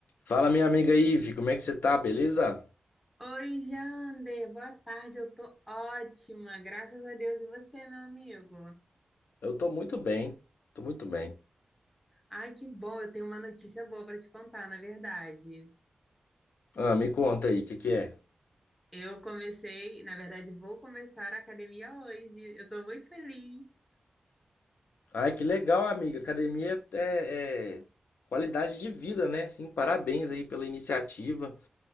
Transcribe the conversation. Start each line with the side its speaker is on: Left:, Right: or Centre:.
Left: Fala, minha amiga Ive, como é que você tá, beleza?
Centre: Oi, Jander, boa tarde, eu tô ótima, graças a Deus. E você, meu amigo?
Left: Eu tô muito bem, tô muito bem.
Centre: Ai, que bom, eu tenho uma notícia boa para te contar, na verdade.
Left: Ah, me conta aí, o que que é?
Centre: Eu comecei, na verdade, vou começar a academia hoje. Eu tô muito feliz.
Left: Ai, que legal, amiga. Academia é, é qualidade de vida, né? Sim, parabéns aí pela iniciativa.